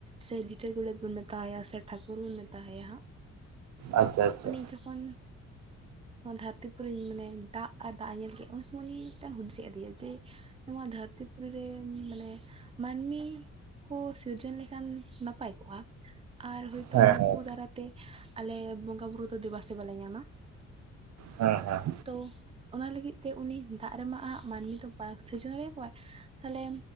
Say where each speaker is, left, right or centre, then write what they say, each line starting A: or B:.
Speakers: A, on the right; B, on the right.
A: ᱥᱮ ᱞᱤᱴᱟᱹ ᱜᱚᱰᱮᱛ ᱵᱚᱱ ᱢᱮᱛᱟᱣᱟᱭᱟ ᱥᱮ ᱴᱷᱟᱹᱠᱩᱨ ᱵᱚᱱ ᱢᱮᱛ ᱛᱟᱦᱮᱸᱭᱟ ᱦᱟᱸᱜ
B: ᱟᱪᱪᱷᱟ ᱟᱪᱪᱷᱟ
A: ᱩᱱᱤ ᱡᱚᱠᱷᱚᱱ ᱱᱚᱶᱟ ᱫᱷᱟᱹᱨᱛᱤ ᱯᱚᱨᱤ ᱢᱟᱱᱮ ᱫᱟᱜ ᱟᱨ ᱫᱟᱜ ᱧᱮᱞ ᱠᱮᱫ ᱩᱱ ᱥᱚᱢᱚᱭ ᱩᱱᱤ ᱢᱤᱫᱴᱟᱝ ᱦᱩᱫᱤᱥ ᱦᱮᱜ ᱟᱫᱮᱭᱟ ᱡᱮ ᱱᱚᱶᱟ ᱫᱷᱟᱹᱨᱛᱤ ᱯᱩᱨᱤ ᱨᱮ ᱢᱟᱱᱮ ᱢᱟᱹᱱᱢᱤ ᱠᱚ ᱥᱤᱨᱡᱚᱱ ᱞᱮᱠᱷᱟᱱ ᱱᱟᱯᱟᱭ ᱠᱚᱜᱼᱟ ᱟᱨ ᱦᱚᱳᱭᱛᱳ
B: ᱦᱮᱸ
A: ᱱᱩᱠᱩ
B: ᱦᱮᱸ
A: ᱫᱟᱨᱟᱭ ᱛᱮ ᱟᱞᱮ ᱵᱚᱸᱜᱟ ᱵᱩᱨᱩ ᱫᱚ ᱫᱮᱵᱟ ᱥᱮᱵᱟ ᱞᱮ ᱧᱟᱢᱟ
B: ᱦᱮᱸ ᱦᱮᱸ
A: ᱛᱚ ᱚᱱᱟ ᱞᱟᱹᱜᱤᱫ ᱛᱮ ᱩᱱᱤ ᱫᱟᱜ ᱨᱮᱢᱟ ᱟᱜ ᱢᱟᱹᱱᱢᱤ ᱫᱚ ᱦᱟᱥᱦᱟᱥᱲᱤ ᱪᱮᱬᱮᱸ ᱠᱚᱣᱟ ᱦᱟᱱᱮ